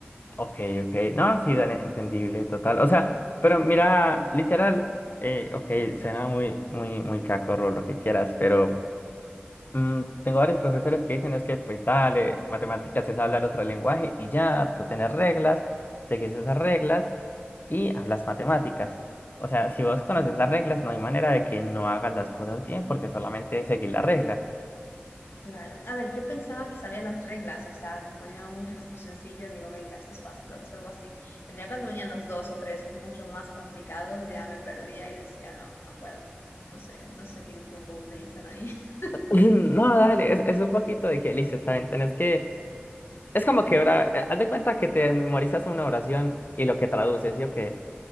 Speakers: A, on the left; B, on the left.
A: Ok, ok. No, sí, dale, entendible, total. O sea, pero mira, literal, eh, ok, suena muy, muy, muy cacorro lo que quieras, pero mm, tengo varios profesores que dicen es que, pues dale, matemáticas es hablar otro lenguaje y ya, tú tienes reglas, seguís esas reglas y hablas matemáticas. O sea, si vos conoces las reglas, no hay manera de que no hagas las cosas bien porque solamente seguís la regla.
B: Claro. A ver, yo pensaba que sabía las reglas, o sea, me ponían un ejercicio sencillo, digo, venga, esto es fácil, lo resuelvo así. Pero ya cuando venían los dos o tres mucho más complicados, ya me perdía y decía, no, no puedo. No sé, no sé qué truco utilizan ahí. <laughs>
A: <laughs> No, dale, es, es un poquito de que listo, está bien, tenés que... Es como que ahora, eh, haz de cuenta que te memorizas una oración y lo que traduces, ¿sí o qué?